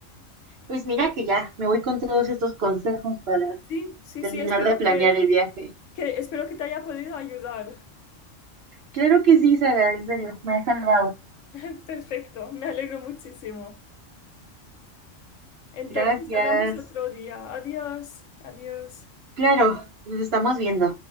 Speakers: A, on the right; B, on the left.
A: pues mira que ya me voy con todos estos consejos para
B: Sí, sí,
A: terminar
B: sí, espero
A: de planear
B: que,
A: el viaje.
B: que, espero que te haya podido ayudar.
A: Claro que sí, Sara, en serio, me ha salvado.
B: <laughs> Perfecto, me alegro muchísimo. Entonces
A: Gracias.
B: hablamos otro día. Adiós, adiós.
A: Claro, nos estamos viendo.